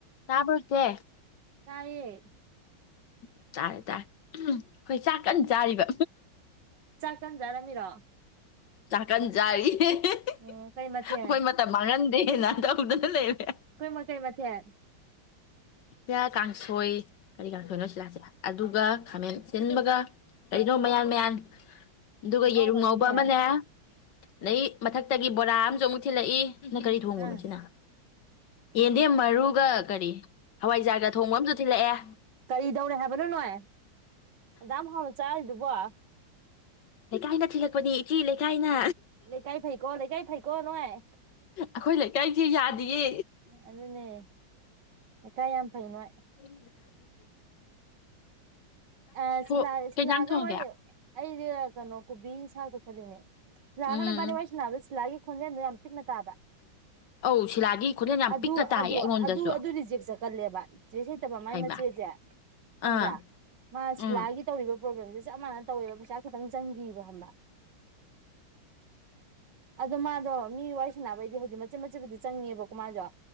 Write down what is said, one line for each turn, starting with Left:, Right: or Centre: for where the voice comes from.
Left: ꯆꯥꯕꯔꯀꯦ
Right: ꯇꯌꯦ
Left: <unintelligible> ꯆꯥꯔꯦ ꯆꯥꯔꯦ ꯑꯩꯈꯣꯏ ꯆꯥꯛ ꯀꯟꯅ ꯆꯥꯔꯤꯕ
Right: ꯆꯟꯖꯥꯔꯃꯤꯔꯥ
Left: ꯆꯀꯅꯖꯔꯤ ꯑꯩꯣꯏ
Right: ꯎꯝ ꯀꯩ ꯃꯊꯦꯜ ꯑꯩꯈꯣꯏ
Left: ꯃꯇꯝ ꯃꯥꯡꯍꯟꯗꯦꯦ ꯇꯧꯗꯅ ꯂꯩꯔꯦ
Right: ꯃ ꯀꯩ ꯃꯊꯦꯜ
Left: ꯁꯤꯗ ꯀꯥꯡꯁꯣꯏ ꯀꯔꯤ ꯀꯥꯡꯁꯣꯏꯅꯣ ꯁꯤꯂꯥꯛꯁꯤꯦ ꯑꯗꯨꯒ ꯈꯥꯃꯦꯟ ꯁꯤꯟꯕꯒ ꯀꯔꯤꯅꯣ ꯃꯌꯥꯟ ꯃꯌꯥꯟ ꯑꯗꯨꯒ
Right: ꯑꯍꯥꯎꯕꯅꯤꯅꯦ
Left: ꯌꯦꯔꯨꯝ ꯉꯧꯕ ꯑꯃꯅꯦ ꯂꯩꯗ ꯃꯊꯛꯇꯒꯤ ꯕꯣꯔꯥ ꯑꯃꯁꯨ ꯑꯃꯨꯛ ꯊꯤꯜꯂꯛꯏ ꯅꯪ ꯀꯔꯤ ꯊꯣꯡꯕꯅꯣ
Right: ꯑꯥ
Left: ꯁꯤꯅ ꯌꯦꯗꯤ ꯃꯔꯒ ꯀꯔꯤ ꯍꯋꯥꯏꯖꯥꯔꯒ ꯊꯣꯡꯕ ꯑꯃꯁꯨ ꯊꯤꯜꯂꯛꯑꯦ
Right: ꯀꯔꯤ ꯇꯧꯔꯦ ꯍꯥꯏꯕꯅꯣ ꯅꯣꯏ ꯑꯦꯖ ꯍꯥꯎꯅ ꯆꯥꯁꯤꯗꯨ ꯋꯥ ꯋꯥ
Left: ꯂꯩ ꯀꯥꯏꯅ ꯊꯤꯜꯂꯛꯄꯅꯤ ꯏꯆꯦ ꯂꯩ ꯆꯥꯏꯅꯥ
Right: ꯂꯩꯀꯥꯏ ꯐꯩꯀꯣ ꯂꯩꯀꯥꯏ ꯐꯩꯀꯣ ꯅꯣꯏꯥꯏ
Left: ꯑꯩꯈꯣꯏ ꯂꯩꯀꯥꯏꯁꯦ ꯌꯥꯗꯤꯌꯦ
Right: ꯑꯗꯨꯅꯦ ꯀ ꯀꯥꯏ ꯌꯥꯝ ꯐꯩꯅꯣ
Left: ꯍ
Right: ꯑ
Left: ꯊꯣ
Right: ꯁꯤꯂ
Left: ꯀꯩ
Right: ꯁꯤꯂ
Left: ꯏꯟꯖꯥꯡ
Right: ꯑꯒꯥꯡ
Left: ꯊꯣꯡꯒꯦ
Right: ꯋꯥꯔꯤ ꯑꯩꯗ ꯌꯥ ꯀ ꯅꯣꯛ ꯁꯥ ꯈ ꯈꯨꯁꯗꯅꯦ ꯂꯒꯅ
Left: ꯎꯝ
Right: ꯄꯅꯤꯦ ꯑꯣꯏꯥꯏꯁꯤꯅ ꯁꯤ ꯂ ꯈꯣꯟꯖꯦꯜꯗꯨꯣ ꯌꯥꯝ ꯄꯤꯛꯅ ꯇꯥꯕ
Left: ꯑꯧ ꯁꯤꯂꯥꯒꯤ ꯈꯣꯟꯖꯦꯜ ꯌꯥꯝ
Right: ꯑꯗꯨ
Left: ꯄꯤꯛꯅ ꯇꯥꯏꯌꯦ
Right: ꯑꯗꯨ
Left: ꯑꯩꯉꯣꯟꯗꯁꯨ
Right: ꯑꯗꯨ ꯑꯗꯨ ꯔꯤꯖꯦꯛ ꯆꯠꯀꯜꯂꯦꯕ ꯏꯆꯦ ꯁꯇꯕ ꯃꯥꯏ
Left: ꯍꯩꯃ
Right: ꯃꯆꯦꯁꯦ ꯈꯪꯕ꯭ꯔꯥ
Left: ꯑꯥ
Right: ꯃꯥꯁꯤꯂꯒꯤ
Left: ꯎꯝ
Right: ꯇꯧꯕ ꯭ꯔꯣ꯭ꯂꯦꯝꯁꯦ ꯆꯞ ꯃꯥꯟꯅ ꯇꯧꯋꯦꯕ ꯄꯩꯁꯥ ꯈꯛꯇꯪ ꯆꯪꯈꯤꯕ ꯈꯕ ꯑꯗꯣ ꯃꯥꯗꯣ ꯃꯤ ꯋꯥꯔꯤꯏ ꯁꯥꯟꯅꯕꯩꯗꯤ ꯍꯧꯖꯤꯛ ꯃꯆꯦꯠ ꯃꯆꯦꯠꯄꯨꯗꯤ ꯆꯪꯉꯦꯕꯀꯣ ꯃꯥꯁꯨ